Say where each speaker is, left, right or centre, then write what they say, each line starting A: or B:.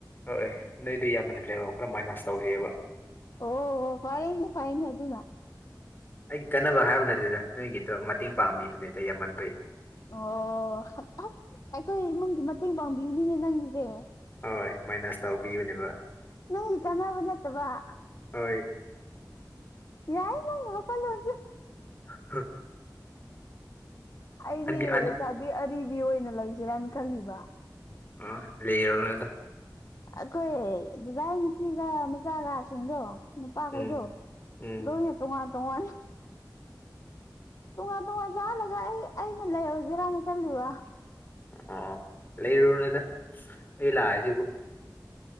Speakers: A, on the left (about 25°); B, on the left (about 50°).
A: ꯍꯣꯏ ꯅꯣꯏꯗꯣ ꯌꯥꯝꯃꯟꯈ꯭ꯔꯦꯕ ꯈꯔ ꯃꯥꯏꯅꯁ ꯇꯧꯁꯦꯕ
B: ꯑꯣ ꯐꯩꯏꯅꯦ ꯐꯩꯏꯅꯦ ꯑꯗꯨꯅ
A: ꯑꯩꯒꯤ ꯀꯥꯟꯅꯕ ꯍꯥꯏꯕ ꯅꯠꯇꯦꯗ ꯅꯣꯏꯒꯤꯗꯣ ꯃꯇꯦꯡ ꯄꯥꯡꯕꯤꯕꯅꯦꯗ ꯌꯥꯝꯃꯟꯕꯩ
B: ꯑꯣ ꯑꯁ ꯑꯩꯈꯣꯏ ꯏꯃꯨꯡꯗꯤ ꯃꯇꯦꯡ ꯄꯥꯡꯕꯤꯕꯅꯤꯅꯦ ꯅꯪꯒꯤꯖꯦ
A: ꯍꯣꯏ ꯃꯥꯏꯅꯁ ꯇꯧꯕꯤꯕꯅꯦꯕ
B: ꯅꯪꯒꯤ ꯀꯥꯟꯅꯕ ꯅꯠꯇꯕ
A: ꯍꯣꯏ
B: ꯌꯥꯏ ꯅꯪ ꯋꯥꯈꯟꯂꯣꯟꯖꯨ
A: <unintelligible>
B: ꯑꯩꯗꯤ
A: ꯑꯅꯤ ꯑꯅꯤ
B: ꯂꯩꯁꯥꯕꯤ
A: ꯑꯟ
B: ꯑꯔꯤꯕꯤ ꯑꯣꯏꯅ ꯂꯩꯖꯤꯔꯅ ꯈꯜꯂꯤꯕ
A: ꯑꯣ ꯂꯩꯔꯣꯅꯗ
B: ꯑꯩꯈꯣꯏ ꯗꯗꯥꯏ ꯅꯨꯄꯤꯒ ꯃꯆꯥꯒꯁꯤꯡꯗꯣ ꯅꯨꯄꯥꯈꯩꯗꯣ
A: ꯎꯝ ꯎꯝ
B: ꯂꯣꯏꯅ ꯇꯣꯉꯥꯟ ꯇꯣꯉꯥꯟ ꯇꯣꯉꯥꯟ ꯇꯣꯉꯥꯟ ꯆꯥꯍꯜꯂꯒ ꯑꯩ ꯑꯩꯅ ꯂꯩꯍꯧꯖꯤꯔꯅ ꯈꯜꯂꯤꯕ
A: ꯑꯣ ꯂꯩꯔꯨꯅꯨꯗ ꯑꯩ ꯂꯥꯛꯏꯖꯤꯕꯨ